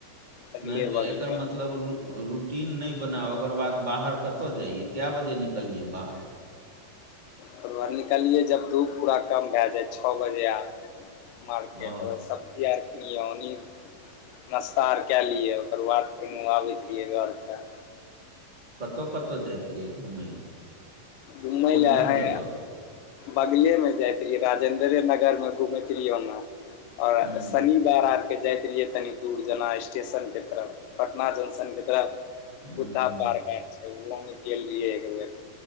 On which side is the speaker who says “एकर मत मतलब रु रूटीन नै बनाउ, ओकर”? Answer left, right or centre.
Right